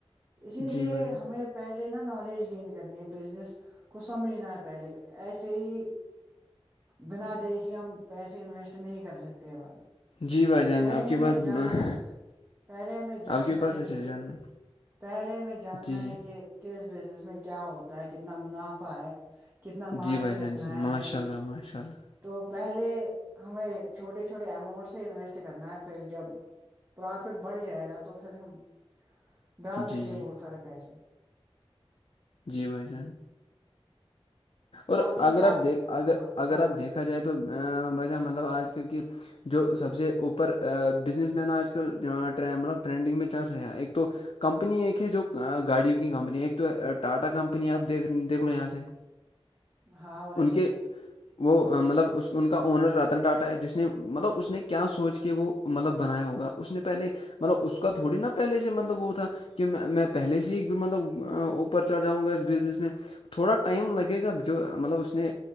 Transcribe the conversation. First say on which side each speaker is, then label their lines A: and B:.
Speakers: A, on the right (about 25°); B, on the left (about 65°).
A: اسی لیے
B: جی بھائی جان
A: ہمیں پہلے نا نالج گینین کرنی ہے بزنس کو سمجھنا ہے پہلے ایسے ہی بنا دیکھے ہم پیسے انویسٹ نہیں کر سکتے بھائی
B: جی بھائی جان
A: پہلے
B: آپ کی
A: ہمیں
B: بات
A: جاننا پہلے ہمیں جاننا
B: آپ کے پاس
A: ہے
B: اچھا
A: کیونک
B: جرمن
A: پہلے ہمیں جاننا
B: جی جی
A: ہے کہ کہس بزنس میں کیا ہوتا ہے کتنا منافع ہے کتنا مارجن
B: جی بھائی جان
A: رکھنا
B: جی
A: ہے ہمیں
B: ماشاء اللہ ماشاء اللہ
A: تو پہلے ہمیں چھوٹے چھوٹے اماؤنٹ سے انویسٹ کرنا ہے پھر جب پرافٹ بڑھ جائے گا تو پھر ہم ڈال سکتے
B: جی جی
A: ہیں بہت سارے پیسے
B: جی بھائی جان اور
A: کی
B: اگر
A: کیا
B: آپ دیک ا
A: ہاں
B: اگر
A: ہاں
B: آپ دیکھا جائے تو ویسا مطلب آج کل کی جو سب سے اوپر بزنس مین آج کلٹ مطلب ٹرینڈنگ میں چل رہے ہیں ایک تو کمپنی ایک ہے جو گاڑیوں کی کمپنی ہے ایک تو ٹاٹا کمپنی آپ دیکھ دیکھ لو یہاں سے
A: ہاں بھائی
B: ان
A: جان
B: کے وہ مطلب اس ان کا اونر رتن ٹاٹا ہے جس نے مطلب اس نے کیا سوچ کے وہ مطلب بنایا ہوگا اس نے پہلے مطلب اس کا تھوڑی نا پہلے سے مطلب وہ تھا کہ میں پہلے سے ہی مطلب اوپر چڑھ جاؤں گا اس بزنس میں تھوڑا ٹائم لگ گا جو مطلب اس نے